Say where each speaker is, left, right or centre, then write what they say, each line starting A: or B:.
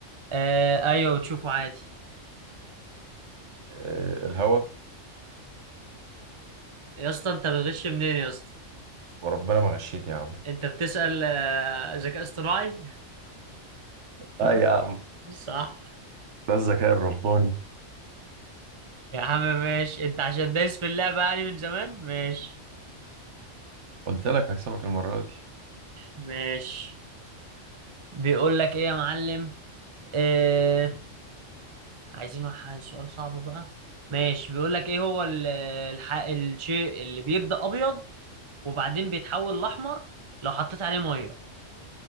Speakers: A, on the right; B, on the right.
A: آه ايوه بتشوفه عادي
B: آه، الهوا
A: يا اسطى انت بتغش منين يا اسطى
B: وربنا ما غشيت يا عم
A: انت بتسأل آه، ذكاء اصطناعي <laughs>
B: اه يا عم
A: صح
B: ده الذكاء الرباني
A: يا عم ماشي انت عشان دايس في اللعبة يعني من زمان ماشي
B: قلت لك هكسبك المرة دي
A: ماشي بيقول لك ايه يا معلم آه عايزين واحد- سؤال صعب بقى ماشي بيقول لك ايه هو ال- الح... الشيء اللي بيبدأ ابيض وبعدين بيتحول لاحمر لو حطيت عليه ميه